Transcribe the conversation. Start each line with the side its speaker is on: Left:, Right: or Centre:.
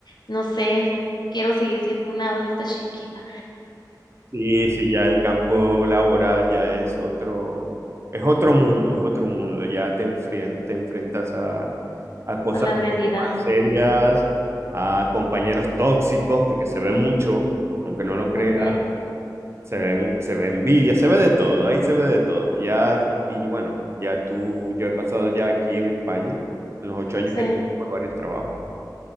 Left: no sé, quiero seguir siendo una adulta chiquita.
Right: Sí, sí, ya el campo laboral ya es otro, es otro mundo, es otro mundo. Ya te enfrien- te enfrentas a, a cosas
Left: a la realidad,
Right: mucho más serias, a compañeros tóxicos, porque se ve mucho, aunque no lo crea,
Left: ok,
Right: se ve, mu- se ve envidia, se ve de todo, ahí se ve de todo. Ya, y bueno, ya tú, yo he pasado ya aquí en España, en los ocho años
Left: sí.
Right: que por varios trabajos,